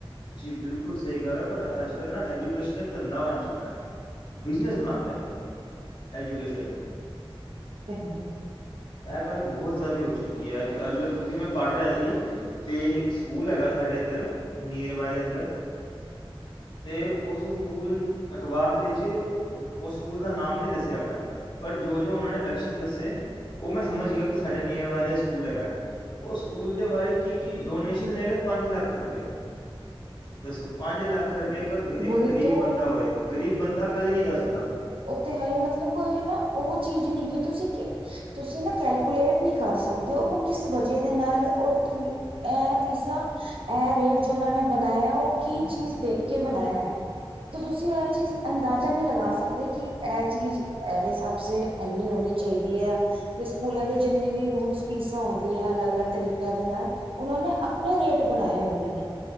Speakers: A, on the left; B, on the right.
A: ਜੀ ਬਿਲਕੁਲ ਸਹੀ ਗੱਲ ਹੈ। ਪਰ ਅੱਜ ਕੱਲ੍ਹ ਨਾ ਐਜੂਕੇਸ਼ਨ ਇੱਕ ਧੰਦਾ ਬਣ ਚੁੱਕਾ ਹੈ। ਬਿਜਨਸ ਬਣਾ ਤ ਇਹਨਾਂ ਨੇ। ਐਜੂਕੇਸ਼ਨ ਨੂੰ
B: ਹੂੰ।
A: ਇਹ ਗੱਲ ਬਹੁਤ ਜ਼ਿਆਦਾ ਹੋ ਚੁੱਕੀ ਹੈ ਇਹ ਗੱਲ ਕਿਉਂਕਿ ਮੈਂ ਪੜ੍ਹ ਰਿਹਾ ਸੀ ਅਤੇ ਇੱਕ ਸਕੂਲ ਹੈਗਾ ਸਾਡੇ ਇੱਧਰ ਨੀਅਰ ਬਾਏ ਦੇ ਅੰਦਰ ਅਤੇ ਉਸ ਸਕੂਲ ਅਖਬਾਰ ਦੇ ਵਿੱਚ ਉਸ ਸਕੂਲ ਦਾ ਨਾਮ ਨਹੀਂ ਦੱਸਿਆ ਗਿਆ ਪਰ ਜੋ ਜੋ ਉਹਨਾਂ ਨੇ ਲੱਛਣ ਦੱਸੇ ਉਹ ਮੈਂ ਸਮਝ ਗਿਆ ਕਿ ਸਾਡੇ ਨੀਅਰ ਬਾਏ ਦਾ ਸਕੂਲ ਹੈਗਾ ਉਹ ਸਕੂਲ ਦੇ ਬਾਰੇ ਕੀ ਕੀ ਡੋਨੇਸ਼ਨ ਲੈ ਰੇ ਪੰਜ ਲੱਖ ਰੁਪਏ ਦੱਸੋ? ਪੰਜ ਲੱਖ ਖ ਰੁਪਏ ਇੱਕ
B: ਵਹੀ
A: ਗਰੀਬ
B: ਤੋਂ
A: ਬੰਦਾ ਹੋਏ ਗਰੀਬ ਬੰਦਾ ਕਦੇ ਨਹੀਂ ਜਾ ਸਕਦਾ
B: ਓ ਤੇ ਹੈ ਮਤਲਬ ਨਾ ਉਹ ਚੀਜ਼ ਨਹੀਂ ਹੈ ਤੁਸੀਂ ਕਿ ਤੁਸੀਂ ਨਾ ਕੈਲਕੂਲੇਟ ਨਹੀਂ ਕਰ ਸਕਦੇ ਹੋ। ਉਹ ਕਿਸ ਵਜੇ ਦੇ ਨਾਲ ਔਰ ਕੀ ਇਹ ਫੀਸਾ ਇਹ ਰੇਟ ਜੋ ਉਹਨਾਂ ਨੇ ਬਣਾਇਆ ਉਹ ਕੀ ਚੀਜ਼ ਦੇਖ ਕੇ ਬਣਾਇਆ ਹੈ, ਤੇ ਤੁਸੀਂ ਇਹ ਚੀਜ਼ ਅੰਦਾਜ਼ਾ ਨਹੀਂ ਲਗਾ ਸਕਦੇ ਕਿ ਇਹ ਚੀਜ਼ ਇਹ ਹਿਸਾਬ ਐਨੀ ਹੋਣੀ ਚਾਹੀਦੀ ਹੈ ਤੇ ਸਕੂਲਾਂ ਦੇ ਜਿੰਨੇ ਵੀ ਰੂਲ ਫੀਸਾਂ ਹੁੰਦੀ ਹੈ ਅਲੱਗ-ਅਲੱਗ ਤਰੀਕਿਆਂ ਦੇ ਨਾਲ ਉਹਨਾਂ ਨੇ ਆਪਣੇ ਰੇਟ ਬਣਾਏ ਹੁੰਦੇ ਨੇ